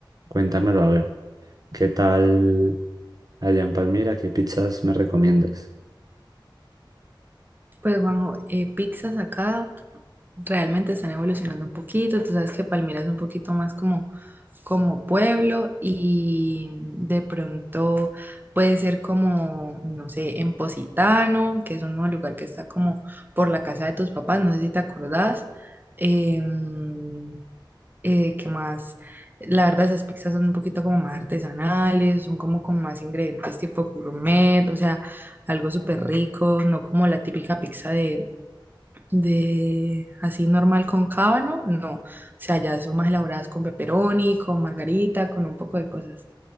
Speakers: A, on the right (about 50°); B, on the right (about 25°).
A: Cuéntamelo a ver. ¿Qué tal allá en Palmira? ¿Qué pizzas me recomiendas?
B: Pues Juanjo, eh, pizzas acá. realmente están evolucionando un poquito. Tú sabes que Palmira es un poquito más como, como pueblo y de pronto puede ser como, no sé, en Positano, que es un nuevo lugar que está como por la casa de tus papás, no sé si te acordás. Em, eh, ¿qué más? La verdad, esas pizzas son un poquito como más artesanales, son como con más ingredientes tipo gourmet, o sea, algo súper rico, no como la típica pizza de de así normal con cábano, no. O sea, ya son más elaboradas con pepperoni, con margarita, con un poco de cosas.